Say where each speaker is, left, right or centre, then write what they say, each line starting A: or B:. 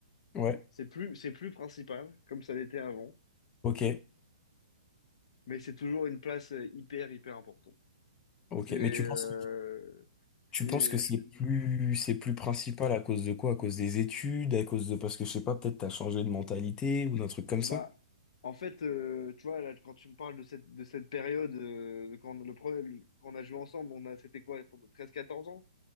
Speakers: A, on the left; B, on the left.
A: ouais,
B: C'est plus, c'est plus principal, comme ça l'était avant,
A: ok,
B: mais c'est toujours une place euh, hyper, hyper importante.
A: ok.
B: C'est, euh,
A: Mais tu penses, tu
B: c'est,
A: penses
B: euh,
A: que
B: je
A: c'est
B: suis-
A: plus, c'est plus principal à cause de quoi? À cause des études, à cause de, parce que je sais pas, peut-être t'as changé de mentalité ou d'un truc comme
B: bah,
A: ça?
B: en fait, euh, tu vois, là, quand tu me parles de cette, de cette période, euh, de quand, le premier, le- quand on a joué ensemble, on a, c'était quoi, pour 13-14 ans?